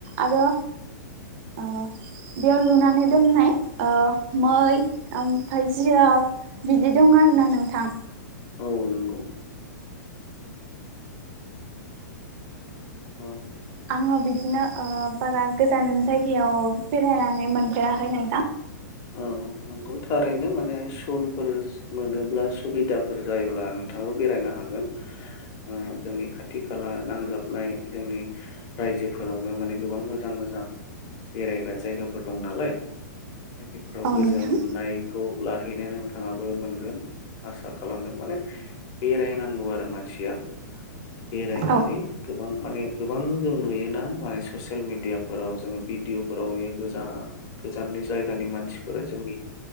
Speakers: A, on the right; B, on the left.
A: आरो ओ बेयाव लुनानै दोननाय, ओ मै ओमफफ्राय जिराब बिदि दं आरोना नोंथां।
B: औ नंगौ औ
A: आङो बिदिनो ओ बारा गोजान जायगायाव बेरायनानै मोनफेराखै नोंथां।
B: औ। नंगौ थारैनो माने समफोर मोनोब्ला सुबिदाफोर जायोब्ला नोंथाङाबो बेरायनो हागोन ओ जोंनि खाथि- खाला नांजाबनाय जोंनि राइजोफोरावनो माने गोबां मोजां- मोजां बेरायग्रा जायगाफोर दं नालाय। बेफोराव
A: औ
B: गोजोननायखौ
A: नोंथां
B: लाहैनो नोंथाङाबो मोनगोन। आसा खालामदों माने बेरायनांगौ आरो मानसिया। बेरायनानै
A: औ
B: गोबां माने गोबां जों नुयोना माने ससियेल मेडियाफोराव जोङो भिडिअफोराव नुयो गोजान- गोजाननि जायगानि मानसिफोरा जोंनि